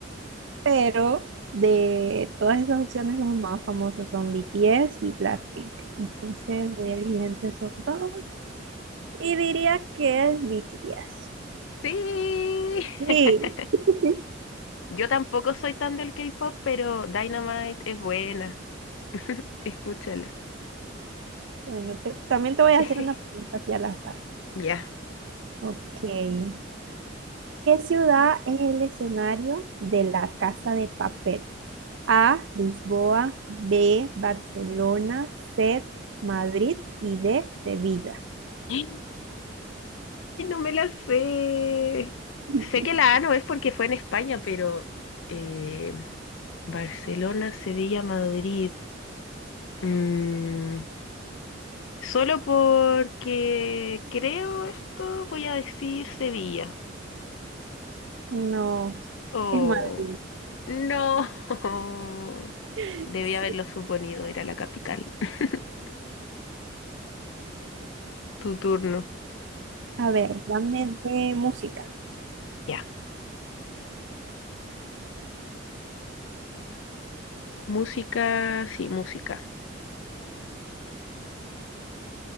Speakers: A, on the right; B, on the left.
A: pero de todas esas opciones los más famosos son BTS y Blackpink. Entonces voy a elegir entre esos dos y diría que es BTS.
B: Sí.
A: Sí.
B: <laughs>
A: <laughs>
B: Yo tampoco soy tan del K-pop, pero Dynamite es buena. <laughs> Escúchala.
A: Bueno, te- también te voy a
B: <laughs>
A: hacer una pregunta así al azar.
B: Ya.
A: Ok. ¿Qué ciudad es el escenario de la Casa de Papel? A, Lisboa, B, Barcelona, C, Madrid y D, Sevilla.
B: Ay, no me la sé.
A: <laughs>
B: Sé que la A no es porque fue en España, pero eh, Barcelona, Sevilla, Madrid. Mm, solo porque creo esto, voy a decir Sevilla.
A: No,
B: Oh,
A: es Madrid.
B: no. <laughs>
A: <laughs>
B: debía
A: Sí.
B: haberlo suponido, era la capital. <laughs> Tu turno.
A: A ver, dame de música.
B: Ya. Música, sí, música.